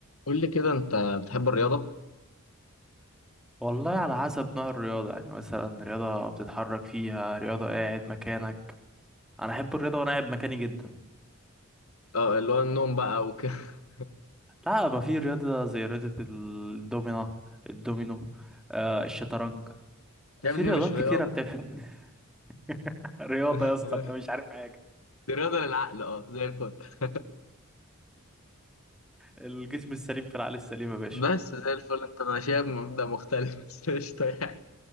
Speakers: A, on the left; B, in the centre.
A: قول لي كده انت بتحب الرياضة؟
B: والله على حسب نوع الرياضة يعني مثلا رياضة بتتحرك فيها رياضة قاعد مكانك أنا أحب الرياضة وأنا قاعد مكاني جدا
A: اه اللي هو النوم بقى وكده <laughs>
B: لا ما في رياضة زي رياضة الدومينة الدومينو آه الشطرنج
A: يا
B: في
A: ابني
B: رياضات
A: مش رياضة
B: كتيرة بتعمل <laughs> رياضة
A: <laughs>
B: يا اسطى أنت مش عارف حاجة
A: دي رياضة للعقل اه زي الفل <laughs>
B: الجسم السليم في العقل السليم يا باشا
A: بس زي الفل انت ماشيها بمبدأ مختلف <laughs> بس قشطة يعني